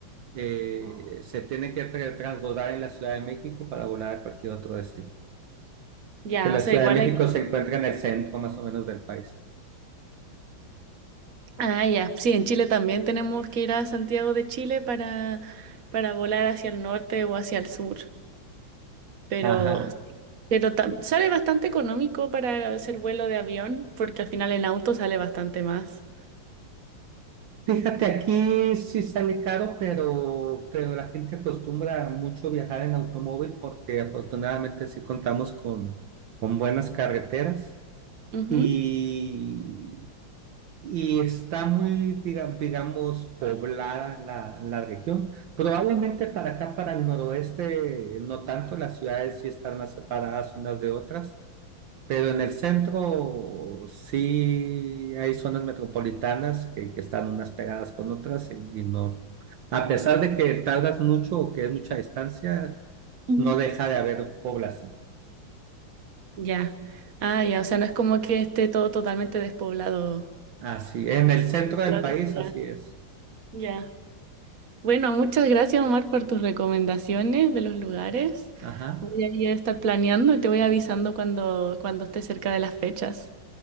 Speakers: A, on the right (about 70°); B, on the right (about 45°).
A: eh, se tiene que tra- transbordar en la Ciudad de México para volar a cualquier otro destino.
B: Ya,
A: Que la
B: o sea,
A: Ciudad
B: igual
A: de México
B: hay.
A: se encuentra en el centro más o menos del país.
B: Ah, ya. Sí, en Chile también tenemos que ir a Santiago de Chile para, para volar hacia el norte o hacia el sur. Pero,
A: Ajá.
B: pero tam- sale bastante económico para hacer vuelo de avión, porque al final en auto sale bastante más.
A: Fíjate, aquí sí sale caro, pero, pero la gente acostumbra mucho viajar en automóvil porque afortunadamente sí contamos con, con buenas carreteras
B: Ujú.
A: y, y está muy, diga- digamos, poblada la, la región. Probablemente para acá, para el noroeste, no tanto, las ciudades sí están más separadas unas de otras. Pero en el centro sí hay zonas metropolitanas que, que están unas pegadas con otras y, y no. A pesar de que tardas mucho o que es mucha distancia,
B: ujú.
A: no deja de haber población.
B: Ya. Ah, ya, o sea, no es como que esté todo totalmente despoblado.
A: Así, en el centro del
B: Lo
A: país,
B: dice,
A: así es.
B: Ya. Ya. Bueno, muchas gracias, Omar, por tus recomendaciones de los lugares.
A: Ajá.
B: Voy a ir a estar planeando y te voy avisando cuando, cuando esté cerca de las fechas.